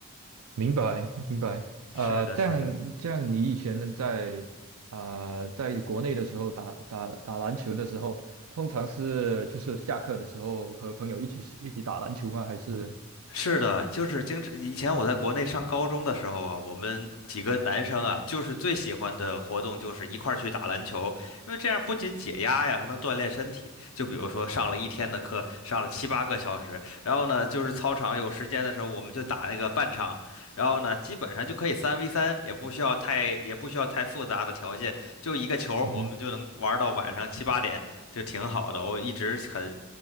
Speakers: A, on the right (about 80°); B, on the left (about 70°).
A: 明白明白，呃，
B: 是的，
A: 这样这样你以前在啊、
B: 是的。
A: 呃在国内的时候打打打篮球的时候，通常是就是下课的时候和朋友一起一起打篮球吗？还是
B: 是的，就是经常以前我在国内上高中的时候啊，我们几个男生啊，就是最喜欢的活动就是一块儿去打篮球，因为这样不仅解压呀，还能锻炼身体。就比如说上了一天的课，上了七八个小时，然后呢，就是操场有时间的时候，我们就打那个半场，然后呢，基本上就可以三 v 三，也不需要太也不需要太复杂的条件，就一个球儿我们就能玩到晚上七八点，
A: 嗯哼。
B: 就挺好的。我一直很，